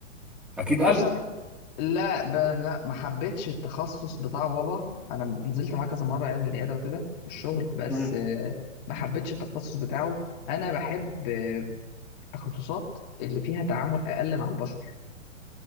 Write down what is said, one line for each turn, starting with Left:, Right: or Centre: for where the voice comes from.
Centre: اكيد
Left: بص
Centre: قلب
Left: انا لا ب... لا ما حبيتش التخصص بتاع بابا انا نزلت معاه كذا مره يعني العياده وكده والشغل بس
Centre: مم.
Left: آه، ما حبيتش التخصص بتاعه انا بحب آه، التخصصات اللي فيها تعامل اقل مع البشر